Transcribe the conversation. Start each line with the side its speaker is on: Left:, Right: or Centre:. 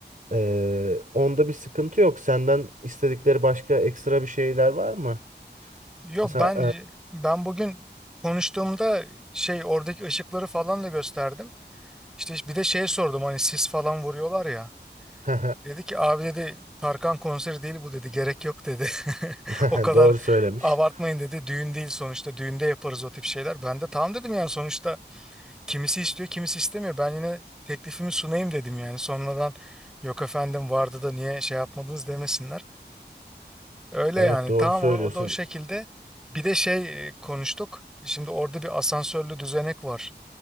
Right: Ee, onda bir sıkıntı yok. Senden istedikleri başka ekstra bir şeyler var mı?
Centre: Yok
Right: Mesela
Centre: ben ben bugün konuştuğumda şey oradaki ışıkları falan da gösterdim. İşte bir de şey sordum hani sis falan vuruyorlar ya.
Right: e,
Centre: Dedi ki abi dedi Tarkan konseri değil bu dedi gerek yok dedi. <laughs>
Right: <laughs>
Centre: O kadar
Right: doğru söylemiş.
Centre: abartmayın dedi düğün değil sonuçta düğünde yaparız o tip şeyler. Ben de tamam dedim yani sonuçta kimisi istiyor kimisi istemiyor. Ben yine teklifimi sunayım dedim yani sonradan yok efendim vardı da niye şey yapmadınız demesinler. Öyle
Right: Evet
Centre: yani.
Right: doğru
Centre: Tamam
Right: söylüyorsun.
Centre: o, o da o şekilde. Bir de şey e, konuştuk. Şimdi orada bir asansörlü düzenek var.